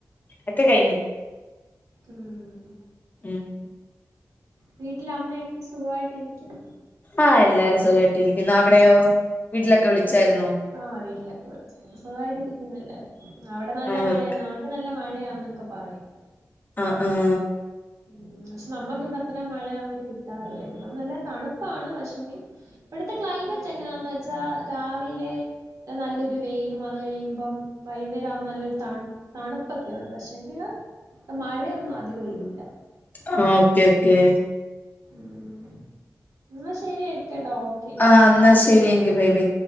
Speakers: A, on the left (about 30°); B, on the right (about 70°).
A: ഒക്കെ കഴിഞ്ഞു
B: ഉം
A: ഉം
B: വീട്ടില് അമ്മയൊക്കെ സുഖായിട്ടിരിക്കുന്നു
A: ആഹ് എല്ലാരും സുഖമായിട്ടി ഇരിക്കുന്നു അവിടെയോ വീട്ടിലൊക്കെ
B: അങ്ങനെ
A: വിളിച്ചായിരുന്നോ
B: ആഹ് വീട്ടിലൊക്കെ വിളിച്ചു സുഖമായിട്ട് ഇരിക്കുന്നെല്ലാരും അവിടെ നല്ല
A: ആ
B: മഴയാണ്
A: ഓക്കെ
B: നാട്ടിൽ നല്ല മഴയാന്നൊക്കെ പറയുന്നു
A: ആഹ് ആഹ്
B: ഉ പക്ഷെ നമ്മുക്ക് വിടെ അത്രയും മഴ അങ്ങനെ കിട്ടാറില്ലേ ഇട നല്ല തണുപ്പാണ് പക്ഷെ ങ്കി ഇവിടുത്തെ ക്ലൈമറ്റ് എങ്ങനെയാന്ന് വെച്ചാ രാവിലെ നല്ലൊരു വെയിലും അത് കഴിയുമ്പം വൈകുന്നേര വുമ്പോ നല്ലൊരു തണ തണുപ്പൊക്കെ ഉണ്ട് പക്ഷെങ്കില് മഴയൊന്നും അധികം ഇല്ല
A: ആഹ് ഓക്കെ ഓക്കെ
B: ഉം എന്ന ശരിയാക്കട്ടോ ഓക്കെ
A: ആ എന്നാ
B: ബായി
A: ശരി എങ്കി ബൈ ബൈ